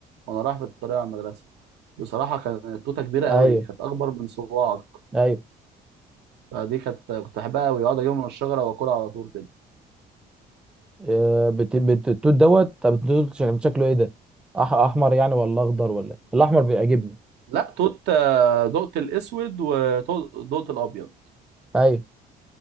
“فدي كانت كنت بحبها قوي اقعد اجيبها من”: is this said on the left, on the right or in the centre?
Right